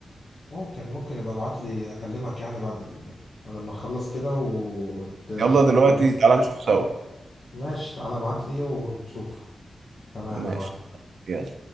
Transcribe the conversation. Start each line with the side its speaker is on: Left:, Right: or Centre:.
Left: ممكن ممكن يبقى ابعت لي اكلمك يعني بعد ال... بعد ما نخلص كده وت... وتبعت
Right: يلا دلوقتي
Left: لي الليست
Right: تعالى نشوف سوا
Left: ماشي تعالى ابعت لي ونشوف تمام
Right: ماشي
Left: يا معلم
Right: يلا